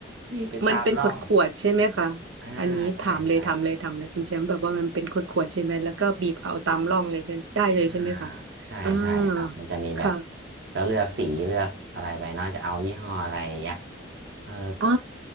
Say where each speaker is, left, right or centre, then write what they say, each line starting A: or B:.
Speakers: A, on the right; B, on the right.
A: บีบไปตามร่อง
B: มันเป็นขวดขวดๆใช่ไหมคะ
A: อ่าใช่ใช่
B: อันนี้ถามเลยถามเลยถามเลยคุณแชมป์แบบว่ามันเป็นขวดขวดใช่ไหมแล้วก็บีบเอาตามร่องเลยใช่ได้เลยใช่ไหมคะ
A: อ่าใช่ใช่ครับมันจะมีแบบ
B: อ่าค่ะ
A: ก็เลือกสีเลือกอะไรไปเนอกจะเอายี่ห้ออะไรอย่างเงี้ยเออ
B: อ่า